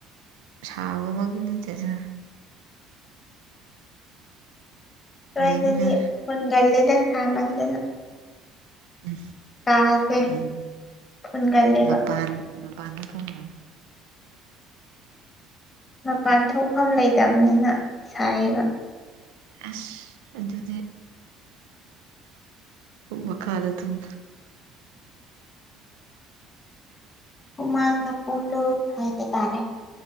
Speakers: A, on the right (about 80°); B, on the left (about 30°).
A: ꯁꯕꯒꯠꯇꯁ
B: ꯑꯗꯨꯋꯥꯏꯗꯗꯤ
A: ꯂꯩꯗꯅ
B: ꯑꯩꯟꯒꯂꯦꯗ ꯁꯥꯃꯟꯗꯅ
A: ꯎꯝ
B: ꯀꯥꯁꯦ
A: ꯎꯝ ꯎꯝ
B: ꯐꯨꯟꯒꯜꯂꯦꯕ
A: ꯃꯄꯥꯟ ꯃꯄꯥꯟꯅ ꯊꯝꯅ
B: ꯃꯄꯥꯟ ꯊꯣꯛꯐꯝ ꯂꯩꯇꯕꯅꯤꯅ ꯁꯥꯏꯌꯦꯕ
A: ꯑꯁ ꯑꯗꯨꯗꯤ ꯃꯈ ꯀꯥꯗ ꯑꯗꯨꯝ
B: ꯍꯨꯃꯥꯡꯅ ꯄꯟꯂꯨ ꯍꯥꯏꯕ ꯇꯔꯦ